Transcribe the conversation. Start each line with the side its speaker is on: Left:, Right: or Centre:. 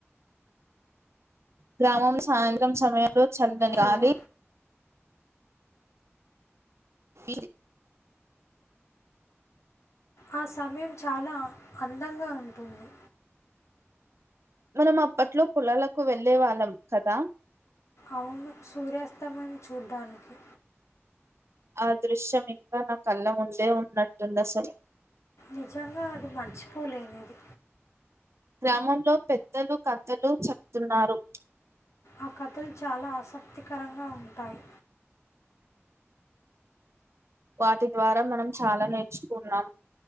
Right: గ్రామం సాయంత్రం సమయంలో చల్లని
Left: హలో!
Right: గాలి ప
Left: ఆ సమయం చాలా అందంగా ఉంటుంది
Right: మనం అప్పట్లో పొలాలకు వెళ్ళే వాళ్ళం కదా
Left: అవును సూర్యాస్తమను చూడ్డానికి
Right: ఆ దృశ్యం ఇంకా నా కళ్ళ ముందే ఉన్నట్టుంది అసలు
Left: నిజంగా అది మర్చిపోలేనిది
Right: గ్రామంలో పెద్దలు కథలు చెప్తున్నారు
Left: ఆ కథలు చాలా ఆసక్తికరంగా ఉంటాయి
Right: వాటి ద్వారా మనం చాలా నేర్చుకున్నాం